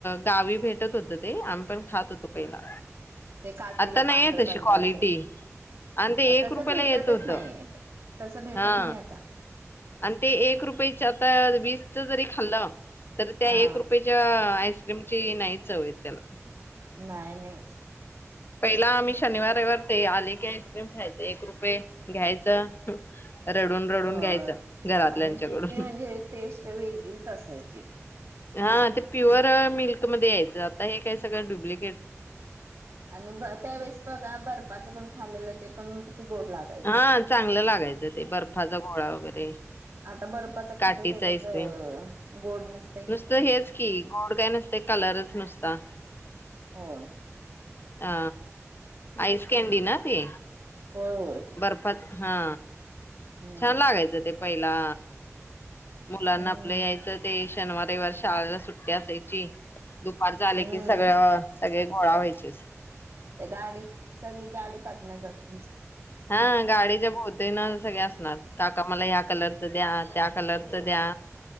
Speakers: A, on the left (about 45°); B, on the right (about 60°).
A: गावी भेटत होत ते, आम्ही पण खात होतो पहिला.
B: ते काठीला
A: आता नाहीये,
B: पांढरं
A: तशी
B: पांढरं
A: क्वालिटी.
B: असायचं
A: आणि ते एक
B: तसं
A: रुपयाला
B: भेटतच
A: येत होत,
B: नाही तसं भेटत
A: हा.
B: नाही आता
A: आणि ते एक रुपयेच आता, वीसच जरी खाल्लं तरी त्या
B: हा
A: एक रुपये- च्या आईस्क्रीमची नाहीच चव येत त्याला.
B: नाय, नाय.
A: पहिला आम्ही शनिवार, रविवार ते आले की आईस्क्रीम खायच, एक रुपये घ्यायचं- ह.. रडून, रडून
B: हो
A: घ्यायचं, घरातल्यांच्याकडून.
B: आणि त्याची म्हणजे टेस्ट वेगळीच असायची.
A: हा, ते प्युअर मिल्कमध्ये यायचं, आता हे काय सगळं डब्लिकेट-
B: आणि ब त्यावेेळेस बघा बर्फचं पण खालेलं ते पण किती गोड लागत-
A: हा चांगलं लागायचं ते, बर्फाचा गोळा वगैरे.
B: आता बर्फाच
A: काठीच
B: खातय, त्याच्यात
A: आईस्क्रीम
B: अ.. गोड नसत.
A: नुसतं हेच की गोड काय नसते कलरच नुसता.
B: होय.
A: अ
B: तेच
A: आईस
B: की.
A: केंडीना ती?
B: होय होय
A: बर्फाच हा
B: हम्म
A: छान लागायचं ते पहिला मुलांना
B: हम्म
A: आपलं यायचं ते शनिवार, रविवार शाळेला सुट्टी असायची दुपार झाले
B: हम्म
A: की सगळ, सगळे गोळा व्हायचेस
B: ते गाडी सगळी गाडी पाठण्यात अस
A: हा गाडीच्या भोवत ना सगळे असणार काका मला ह्या कलरचं द्या, त्या कलरचं द्या